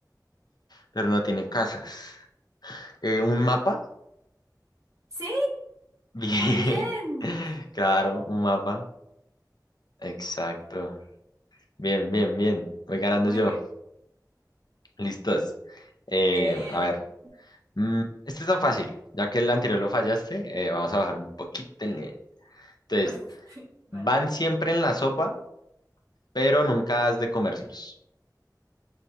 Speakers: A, on the left (about 70°); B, on the right (about 45°).
A: pero no tiene casas. Eh, ¿un mapa?
B: Sí,
A: Bien.
B: muy bien.
A: <laughs> Claro, un mapa. Exacto. Bien, bien, bien. Voy ganando
B: Muy
A: yo. Listos. Eh,
B: bien.
A: a ver. mm, este es tan fácil. Ya que el anterior lo fallaste, eh, vamos a bajar un poquito el nivel. Entonces,
B: <laughs> Vale.
A: van siempre en la sopa, pero nunca has de comerlos.